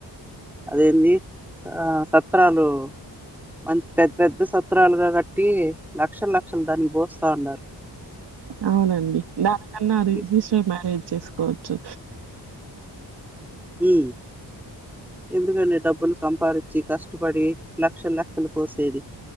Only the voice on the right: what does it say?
అవునండి దానికన్నా రిజిస్టర్
మ్యారేజ్ చేసుకు కోవచ్చు